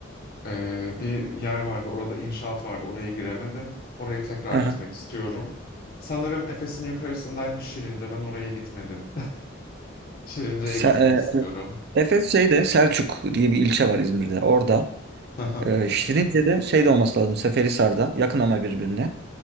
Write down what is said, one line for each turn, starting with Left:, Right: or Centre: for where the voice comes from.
Left: Eee, bir yer vardı. Orada inşaat vardı. Oraya giremedim. Oraya tekrar
Right: Aha.
Left: gitmek istiyorum. Sanırım Efes'in yukarısındaymış Şirince. Ben oraya gitmedim. <laughs> Şirince'ye
Right: Se-
Left: gitmek istiyorum.
Right: e, Efes şeyde Selçuk diye bir ilçe var İzmir'de. Orada.
Left: <laughs>
Right: E, Şirince'de şeyde olması lazım. Seferihisar'da. Yakın ama birbirine.